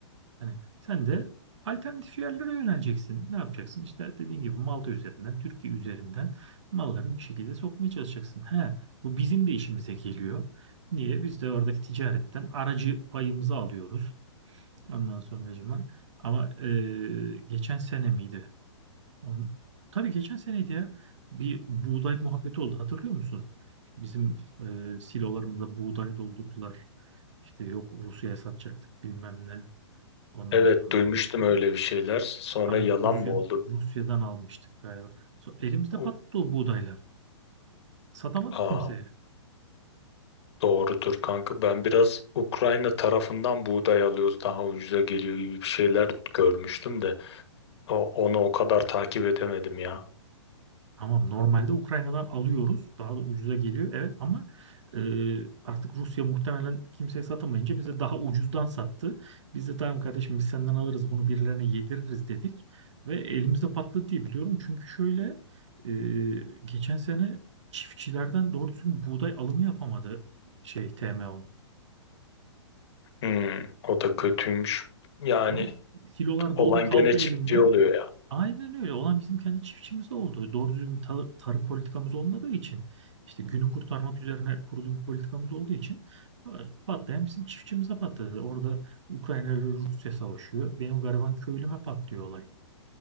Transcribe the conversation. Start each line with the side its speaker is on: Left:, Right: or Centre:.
Right: Hani sen de alternatif yerlere yöneleceksin. Ne yapacaksın? İşte dediğin gibi Malta üzerinden, Türkiye üzerinden mallarını bir şekilde sokmaya çalışacaksın. He, bu bizim de işimize geliyor. Niye? Biz de oradaki ticaretten aracı payımızı alıyoruz. Ondan sonracıma. Ama e, geçen sene miydi? On, tabii geçen seneydi ya. Bir buğday muhabbeti oldu. Hatırlıyor musun? Bizim e, silolarımıza buğday doldurdular. İşte yok Rusya'ya satacaktık bilmem ne. Ondan
Left: Evet
Right: sonra
Left: duymuştum öyle bir şeyler. Sonra
Right: Pardon
Left: yalan
Right: Rusya,
Left: mı oldu?
Right: Rusya'dan almıştık galiba. So- elimizde
Left: Uh,
Right: patladı o buğdaylar. Satamadık
Left: Aa,
Right: kimseye.
Left: Doğrudur kanka. Ben biraz Ukrayna tarafından buğday alıyoruz daha ucuza geliyor gibi bir şeyler görmüştüm de o, onu o kadar takip edemedim ya.
Right: Tamam normalde Ukrayna'dan alıyoruz. Daha da ucuza geliyor. Evet ama e, artık Rusya muhtemelen kimseye satamayınca bize daha ucuzdan sattı. Biz de tamam kardeşim biz senden alırız bunu birilerine yediririz dedik. Ve elimizde patladı diye biliyorum. Çünkü şöyle e, geçen sene çiftçilerden doğru düzgün buğday alımı yapamadı şey TMO.
Left: Hmm, o da kötüymüş. Yani
Right: Tabii silolar
Left: olan
Right: dolu kaldı
Left: gene çiftçi
Right: elinde.
Left: oluyor ya.
Right: Aynen öyle. Olan bizim kendi çiftçimiz oldu. Doğru düzgün ta- tarım politikamız olmadığı için işte günü kurtarmak üzerine kurulu bir politikamız olduğu için e, patlayan bizim çiftçimize patladı. Orada Ukrayna ile Rusya savaşıyor. Benim gariban köylüme patlıyor olay.